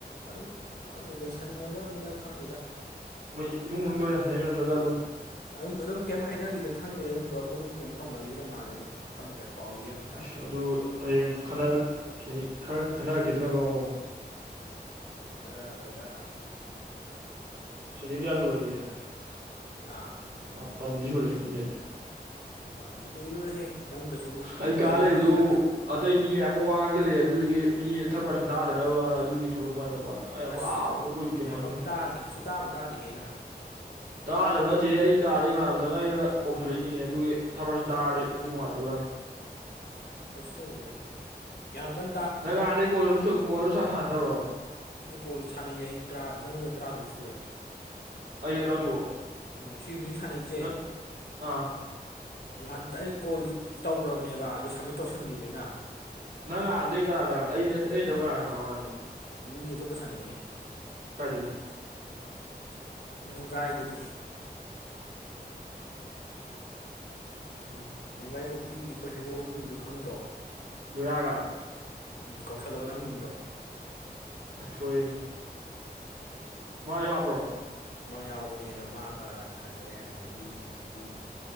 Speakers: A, on the left (about 70°); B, on the right (about 75°).
A: ꯑꯗꯨꯝ ꯈꯪꯗꯦ ꯂꯣꯏꯁꯟꯅꯈ꯭ꯔꯝꯅꯤꯅ ꯈꯪꯗꯦꯗ
B: ꯃꯣꯏ
A: ꯌꯥꯝ
B: ꯏꯃꯨꯡ ꯃꯅꯨꯡꯗꯣ
A: ꯌꯥꯝꯃꯤ
B: ꯌꯥꯁꯟꯅꯩꯔꯣ ꯅꯠꯇ꯭ꯔꯒ ꯑꯗꯨꯝ
A: ꯑꯗꯨꯝ ꯑꯗꯨꯝ ꯀꯩꯝ ꯍꯥꯏꯅꯈꯤꯗ ꯈꯪꯗ꯭ꯔꯦ ꯑꯗꯨꯝ ꯌꯧꯔꯛꯄꯒ ꯑꯗꯨꯝ ꯀꯩꯝ ꯇꯧꯅꯈꯤꯗ꯭ꯔꯕ ꯃꯥꯜꯂꯦ ꯑꯗꯨꯝ ꯈꯪꯗ꯭ꯔꯦ ꯄꯥꯎ <unintelligible>
B: ꯑꯁ ꯑꯗꯨ ꯍꯌꯦꯡ ꯈꯟꯅꯔꯛꯈꯤ ꯈꯔ ꯈꯟꯅꯔꯛꯈꯤꯗꯅꯀꯣ ꯑꯃꯨꯛ
A: ꯈꯠꯅꯔꯛꯑꯔꯣꯏꯗ
B: ꯁꯦꯒꯦꯟ ꯀꯌꯥ ꯁꯨꯔꯒꯦ
A: ꯀꯩꯝ ꯇꯧꯅꯤꯡꯉꯥꯏ ꯍꯥ
B: ꯃꯥꯄꯟꯗꯤ ꯁꯨꯔꯦ ꯃꯤꯅꯤꯠ
A: ꯃꯤꯅꯤꯠ ꯃꯥꯄꯟ ꯀꯨꯏꯔꯔꯣꯏꯍꯦ ꯅꯪ ꯀꯩꯁꯨ
B: ꯑꯩ ꯀꯥ
A: ꯋꯥꯔꯤ
B: ꯂꯩꯕꯗꯨ
A: ꯉꯥꯛꯇꯪ
B: ꯑꯇꯩ ꯃꯤ ꯃꯌꯥꯝ ꯑꯃ ꯋꯥ ꯉꯥꯡꯖꯤꯜꯂꯛꯑꯦ ꯑꯗꯨꯗꯨꯒꯤ ꯃꯤ ꯊꯔꯠ ꯄꯔꯁꯟ ꯇꯥꯗꯅꯕꯅ ꯑꯗꯨꯒꯤ ꯊꯣꯂꯛꯄ ꯋꯥꯅꯦ ꯃꯄꯥꯟꯗ ꯑꯩ ꯑꯋꯥ
A: ꯑꯁ
B: <unintelligible> ꯀꯦꯝꯄꯁꯃꯅꯨꯡ
A: ꯌꯥꯝ ꯄꯪ
B: ꯂꯩ
A: ꯇꯥꯗꯦꯍꯦ ꯁꯨꯛꯇꯥꯕꯨ ꯇꯥꯗꯦꯍꯦ ꯅꯪ
B: ꯇꯥꯗꯕ ꯅꯠꯇꯤꯅꯦ ꯑꯩ ꯀꯥꯗ ꯏꯃꯥꯟꯅꯕ ꯆꯪꯉꯛꯑꯒ ꯀꯧꯁꯤꯜꯂꯛꯏꯅꯤꯅꯦ ꯑꯗꯨꯒꯤ ꯊꯔꯠ ꯄꯥꯔꯁꯟ ꯇꯥꯔꯗꯤ ꯑꯗꯨꯏ ꯅꯨꯡꯉꯥꯏꯇꯕꯩ ꯋꯥꯅꯦ
A: ꯀꯩꯁ ꯇꯧꯔꯣꯏꯌꯦ ꯌꯥꯝ ꯀꯟ
B: ꯅꯪ ꯅꯍꯥꯟꯗꯩ ꯀꯣꯜ <unintelligible> ꯀꯣꯜ ꯁꯨꯁꯥꯟ ꯁꯥꯟꯅꯗꯕ꯭ꯔꯣ
A: ꯑꯩ ꯀꯣꯜ ꯁꯥꯟꯅꯩꯌꯦ ꯑꯩ ꯇ꯭ꯔꯥ ꯅꯪꯒ ꯇ꯭ꯔꯥ ꯇꯔꯨꯛ ꯁꯨꯔꯦ
B: ꯑꯩꯒ ꯇꯔꯥꯇꯔꯨꯛ
A: ꯎꯝ ꯁꯤ ꯍꯨꯖꯤꯛ ꯁꯥꯅꯩꯁꯦ
B: ꯅꯪ ꯑꯥ
A: ꯉꯥꯟꯇ ꯑꯩ ꯀꯣꯜꯗꯤ ꯇꯧꯒ꯭ꯔꯕꯅꯦꯕ ꯑꯗꯨ ꯁꯝꯃꯤꯠ ꯇꯧꯁꯟꯈꯤꯕ ꯑꯩꯅ
B: ꯅꯪ ꯅꯍꯥꯟꯗꯩ ꯀꯅꯥ ꯀꯅꯥ ꯑꯩ ꯑꯩ ꯅꯠꯇꯕ ꯀꯅꯥꯒ ꯁꯥꯟꯅꯕ ꯅꯍꯥꯟꯒꯩ
A: ꯃꯤ ꯑꯇꯣꯞꯄ ꯁꯥꯟꯅꯩꯌꯦ
B: ꯀꯥꯏꯗꯒꯤ
A: ꯅꯨꯡꯒꯥꯏꯗꯒꯤ
B: ꯎꯝ
A: ꯅꯨꯡꯉꯥꯏꯄꯣꯛꯄꯤꯒꯤ ꯈꯣꯏ ꯍꯦꯔꯣ ꯑꯃ ꯂꯩꯕꯗꯨ ꯈꯪꯗ꯭ꯔꯣ
B: ꯂꯣꯌꯥꯒ
A: ꯎꯝ ꯀꯧꯁꯜꯂꯛꯑꯣ ꯅꯪ ꯃꯤꯡꯗꯣ
B: ꯑ ꯁꯣꯏꯔꯦꯅꯦ ꯃꯥꯁꯨ ꯍꯥꯞꯄ꯭ꯔꯣ
A: ꯃꯥ ꯌꯥꯎꯕꯅꯦ ꯑꯗꯣ ꯃꯥꯒ ꯁꯥꯟꯅꯔꯦ ꯑꯗꯒꯤ ꯁꯤꯗꯒꯤ